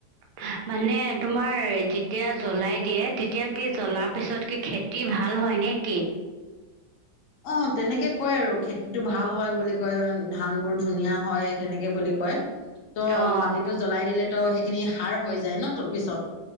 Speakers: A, on the right; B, on the left.
A: <inaudible> মানে তোমাৰ যেতিয়া জ্বলাই দিয়ে, তেতিয়া কি জ্বলাৰ পিছত কি খেতি ভাল হয় নে নেকি?
B: অ', তেনেকে কয় আৰু খেতিটো ভাল হয় বুলি কয়, ধানবোৰ ধুনীয়া হয় তেনেকে বুলি কয়। ত'
A: অ',
B: মাটিটো জ্বলাই দিলেতো সেইখিনি সাৰ হৈ যায় ন পিছত।